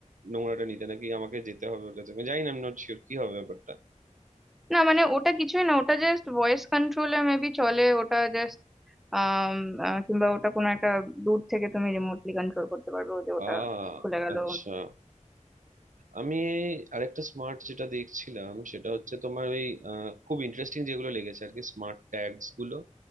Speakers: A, on the right; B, in the centre.
A: নোংরাটা নিতে নাকি আমাকে যেতে হবে ওর কাছে আমি জানি না আমি নট শিওর কি হবে ব্যাপারটা
B: না মানে ওটা কিছুই না ওটা জাস্ট ভয়েস কন্ট্রোলে মেবি চলে ওটা জাস্ট আহ কিংবা ওটা কোনো একটা দূর থেকে তুমি রিমোটলি কন্ট্রোল করতে পারবে ও যে ওটা
A: আহ
B: খুলে গেল
A: আচ্ছা আমি আরেকটা স্মার্ট যেটা দেখছিলাম সেটা হচ্ছে তোমার ওই আহ, খুব ইন্টারেস্টিং যেগুলো লেগেছে আর কি স্মার্ট ট্যাগস গুলো